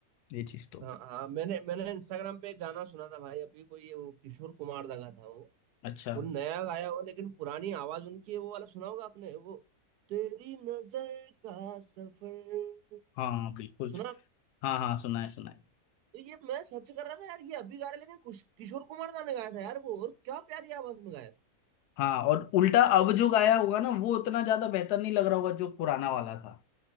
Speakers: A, on the left (about 85°); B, on the right (about 80°).
A: ये चीज तो
B: हाँ हाँ मैंने मैंने इंस्टाग्राम पे एक गाना सुना था भाई अभी कोई ये वो किशोर कुमार लगा था वो
A: अच्छा
B: वो नया गाया हुआ लेकिन पुरानी आवाज उनकी है वो वाला सुना होगा आपने वो तेरी नजर का सफर
A: हाँ बिल्कुल
B: सुना
A: हाँ हाँ सुना है सुना है
B: तो ये मैं सर्च कर रहा था यार ये अभी गा रहे लेकिन कुश- किशोर कुमार दा ने गाया था यार वो और क्या प्यारी आवाज में गाया था
A: हाँ और उल्टा अब जो गाया होगा ना वो उतना ज्यादा बेहतर नहीं लग रहा होगा जो पुराना वाला था